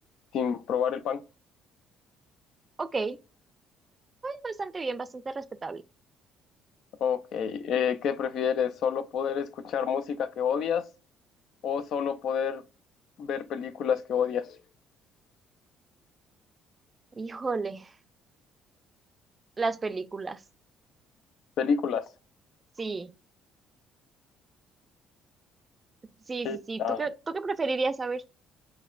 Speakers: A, on the left; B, on the right.
A: sin probar el pan.
B: Ok, bueno, bastante bien, bastante respetable.
A: Ok, eh, ¿qué prefieres? ¿Solo poder escuchar música que odias o solo poder ver películas que odias?
B: Híjole, las películas.
A: Películas.
B: Sí, sí,
A: Sí.
B: sí, sí.
A: Ah,
B: ¿Tú qué, tú qué preferirías saber?